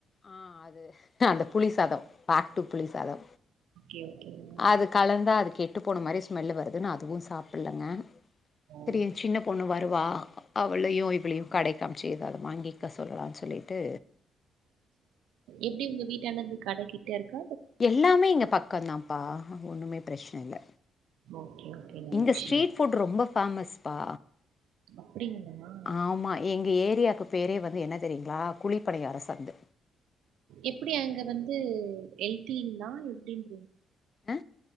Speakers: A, on the left (about 35°); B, on the right (about 80°).
A: ஆ அது அந்த புளி சாதோ பேக்டூ புளி சாதோ
B: ஓகே ஓகேங்க
A: அது கலந்தா அது கெட்டு போனா மாரி ஸ்மெல்லு வருதுன்னு அதுவு சாப்புட்லங்க
B: ஓ
A: சேரி ஏயே சின்ன பொண்ணு வருவா அவளையு இவளையு கடக்கு அம்சி ஏதாது வாங்கிக்க சொல்லான் சொல்லிட்டு
B: எப்டி உங்க வீட்டாண்ட இருந்து கட கிட்ட இருக்க
A: எல்லாமே இங்க பக்கோ தாம்பா ஒன்னுமே பிரச்சன இல்ல
B: ஓகே ஓகே நல்ல
A: இங்க
B: விஷயோ
A: ஸ்ட்ரீட் ஃபுட் ரொம்ப ஃபேமஸ் பா
B: அப்டிங்களா
A: ஆமா எங்க ஏரியாக்கு பேரே வந்து என்ன தெரியுங்ளா குழிப்பணியார சந்து
B: எப்டி அங்க வந்து ஹெல்த்திங்ளா எப்டின்றீ
A: அ